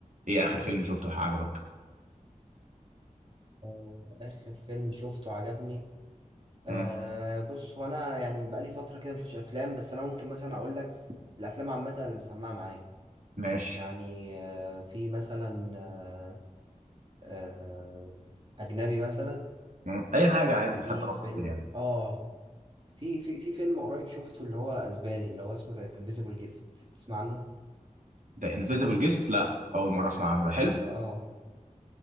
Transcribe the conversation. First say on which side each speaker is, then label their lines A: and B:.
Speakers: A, on the right (about 70°); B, on the right (about 40°).
A: ايه اخر فيلم شفته عجبك
B: آه، اخر فيلم شفته عجبني آه
A: مم،
B: بص هو انا يعني بقالي فتره كده مشوفش افلام بس انا ممكن مثلا اقول لك الافلام عامه اللي مسمعه معايا
A: ماشي
B: يعني آه في مثلا آه آه اجنبي مثلا
A: مم، اي حاجه عادي
B: في
A: حتى لو
B: فيلم
A: مصري يعني
B: اه في في في فيلم قريب شفته اللي هو اسباني اللي هو اسمه ذا انفيزيبل جيست تسمع عنه
A: ده انفيزيبل جيست لا اول مره اسمع عنه ده حلو
B: اه